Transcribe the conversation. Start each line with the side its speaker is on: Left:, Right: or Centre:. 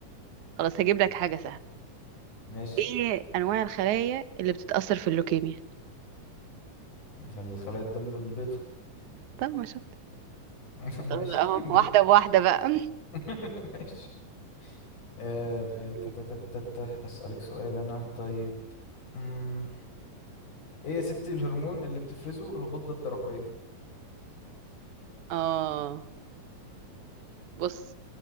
Right: خلاص هجيب لك حاجة سهلة
Left: ماشي
Right: ايه انواع الخلايا اللي بتتأثر في اللوكيميا
Left: الخلايا الدم البيضاء
Right: طب ما شفت
Left: <laughs>
Right: خلاص
Left: ماشي
Right: اهو
Left: ده
Right: واحدة بواحدة بقى
Left: <laughs> ماشي آه،
Right: <laughs>
Left: آه، تا- تا- تا- تا- تا. أسألك سؤال أنا طيب مم. إيه يا ستي الهرمون اللي بتفرزه الغدة الدرقية
Right: اه بص